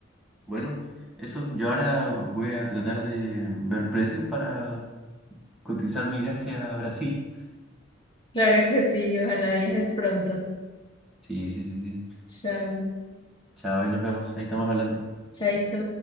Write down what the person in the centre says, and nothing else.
Bueno, eso, yo ahora voy a tratar de ver precios para cotizar mi viaje a Brasil.
Sí, sí, sí, sí.
Chao, ahí nos vemos, ahí estamos hablando.